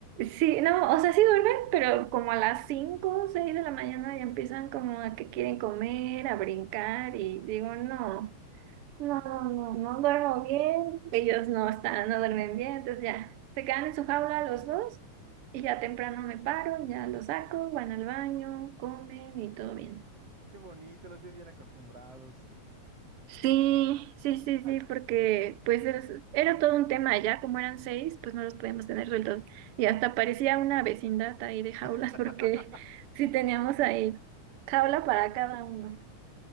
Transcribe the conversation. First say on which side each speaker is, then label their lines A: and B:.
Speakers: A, on the right; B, on the right.
A: sí, no, o sea, sí duermen, pero como a las 5, o 6 de la mañana ya empiezan como a que quieren comer, a brincar y digo, no. No, no, no no duermo bien, ellos no están, no duermen bien, entonces ya se quedan en su jaula los dos y ya temprano me paro, ya los saco, van al baño, comen y todo bien.
B: Qué bonito, los tienes bien acostumbrados.
A: Sí, sí, sí, sí, porque pues es- era todo un tema ya, como eran seis, pues no los podíamos tener sueltos y hasta parecía una vecindad ahí de jaulas
B: <laughs>
A: porque <laughs> sí teníamos ahí jaula para cada uno.